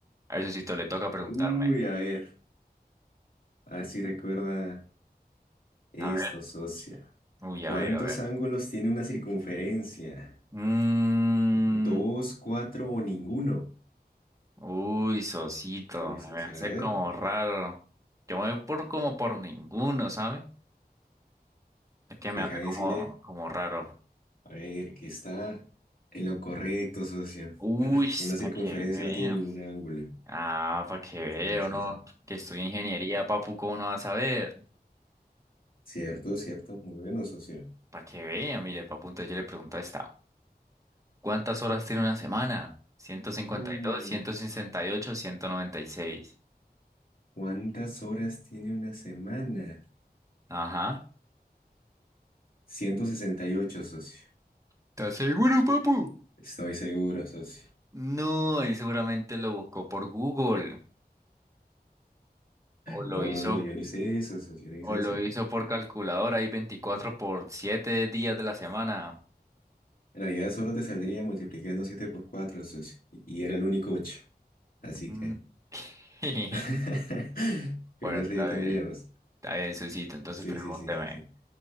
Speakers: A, on the right; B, on the left.
A: A ver, Sosito, le toca preguntarme.
B: Uy, a ver. A ver si recuerda esto,
A: A ver,
B: socia.
A: uy,
B: ¿Cuántos
A: a ver, a ver.
B: ángulos tiene una circunferencia?
A: Mm,
B: ¿Dos, cuatro o ninguno?
A: uy, Sosito,
B: Uy, socia,
A: me hace
B: a ver.
A: como raro. Yo me voy por como por ninguno, ¿sabe? Es que me
B: Deja
A: hace
B: de
A: como,
B: decirle.
A: como raro.
B: A ver, que está en lo correcto, socia.
A: Uy,
B: <clears throat> Una circunferencia
A: para que vea.
B: no tiene ningún ángulo.
A: Ah, para que vea
B: Sí, sí,
A: uno
B: sí.
A: que estudia ingeniería, papu, ¿cómo no va a saber?
B: Cierto, cierto. Muy bueno, socia.
A: Para que vea, mire, papu, entonces yo le pregunto esta. ¿Cuántas horas tiene una semana? Ciento ciento ciento cincuenta
B: Uh,
A: y y dos, ciento sesenta y ocho, ciento noventa y seis.
B: ¿cuántas horas tiene una semana?
A: Ajá.
B: 168, socio.
A: ¿Estás seguro, papu?
B: Estoy seguro, socio.
A: No, ahí seguramente lo buscó por Google. O lo
B: No,
A: hizo,
B: no, no, yo no hice eso, socio, yo no hice
A: o lo
B: eso.
A: hizo por calculadora. Hay 24 por 7 días de la semana.
B: En realidad solo te saldría multiplicando 7 por 4, socio. Y y era el único 8. Así
A: Mm.
B: que...
A: <laughs>
B: <laughs> Con
A: Bueno,
B: eso
A: está
B: ya tendríamos.
A: bien. Está bien, Susito. Entonces
B: Sí,
A: pregúnteme.
B: sí, sí, sí, sí.